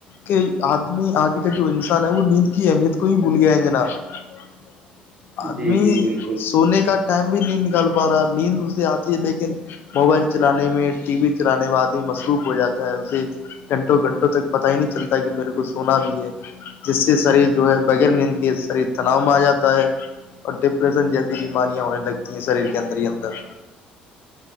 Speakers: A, on the left (about 50°); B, on the right (about 25°).
A: کہ آدمی آج کا جو انسان ہے وہ نیند کے کی اہمیت کو ہی بھول گیا ہے جناب نہیں ب آدمی
B: جی جی بالکل
A: سونے کا ٹائم بھی نہیں نکال پا رہا نیند اس سے آتی ہے لیکن موبائل سے چلانے میں ٹی وی چلانے میں آدمی مصروف ہو جاتا ہے اسے گھنٹوں گھنٹوں تک پتا ہی نہیں چلتا کہ میرے کو سونا بھی ہے جس سے شریر جو ہے بغیر نیندگ شریر تناؤ میں آ جاتا ہے اور ڈپریشن جیسی بیماریا ہونے لگ گ یہ شریر کے اندر ہی اندر